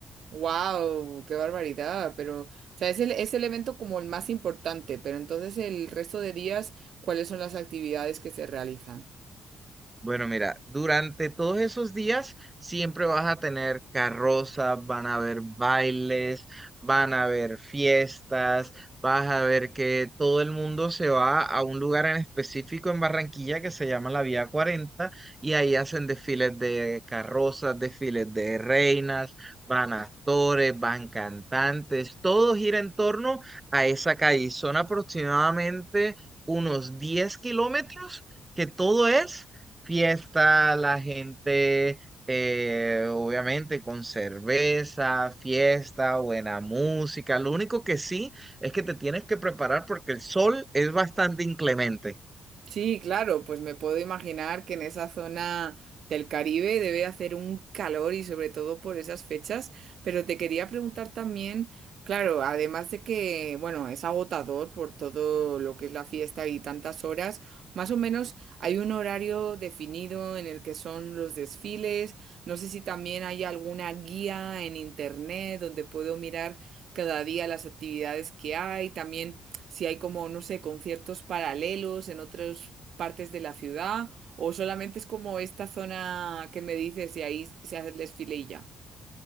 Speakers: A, on the right; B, on the right.
A: Wow, qué barbaridad, pero, o sea, es el, es el evento como el más importante, pero entonces el resto de días, ¿cuáles son las actividades que se realizan?
B: Bueno, mira, durante todos esos días siempre vas a tener carrozas, van a haber bailes, van a haber fiestas, vas a ver que todo el mundo se va a un lugar en específico en Barranquilla que se llama la Vía Cuarenta y ahí hacen desfiles de carrozas, desfiles de reinas, van actores, van cantantes, todo gira en torno a esa calle. Son aproximadamente unos 10 kilómetros que todo es fiesta, la gente, eh, obviamente, con cerveza, fiesta, buena música. Lo único que sí es que te tienes que preparar porque el sol es bastante inclemente.
A: Sí, claro, pues me puedo imaginar que en esa zona del Caribe debe hacer un calor y sobre todo por esas fechas, pero te quería preguntar también, claro, además de que, bueno, es agotador por todo lo que es la fiesta y tantas horas, más o menos hay un horario definido en el que son los desfiles, no sé si también hay alguna guía en internet donde puedo mirar cada día las actividades que hay, también si hay como, no sé, conciertos paralelos en otras partes de la ciudad o solamente es como esta zona que me dices y ahí se hace el desfile y ya.